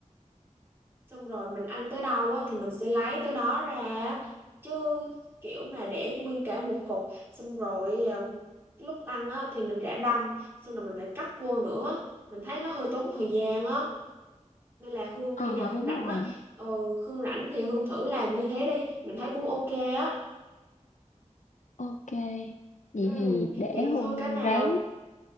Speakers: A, on the right; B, on the left.
A: xong rồi mình ăn tới đâu á, thì mình sẽ lấy tới đó ra á. chứ kiểu mà để nguyên cả một cục xong rồi ờ, lúc ăn á, thì mình rã đông xong rồi mình lại cắt vô nữa mình thấy nó hơi tốn thời gian á nên là Hương
B: Ờ
A: khi nào Hương
B: đúng
A: rảnh
B: rồi.
A: á ờ, Hương rảnh thì Hương thử làm như thế đi mình thấy cũng ok á
B: Ok. Vậy
A: ừ,
B: thì để
A: vậy
B: Hùng
A: thôi cái nào
B: ráng.